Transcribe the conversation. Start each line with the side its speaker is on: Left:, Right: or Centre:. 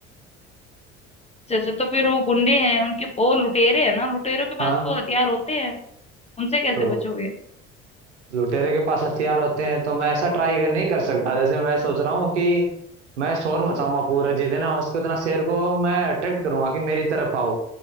Left: अच्छा अच्छा तो फिर वो गुंडे हैं उनके वो लुटेरे हैं ना लुटेरों के
Right: हाँ
Left: पास तो हथियार होते हैं उनसे कैसे
Right: तो
Left: बचोगे
Right: लुटेरे के पास हथियार होते हैं तो मैं ऐसा ट्राई नहीं कर सकता जैसे मैं सोच रहा हूँ कि मैं शोर मचाऊंगा पूरा जितना हो सके उतना शेर को मैं अट्रैक्ट करूंगा कि मेरी तरफ आओ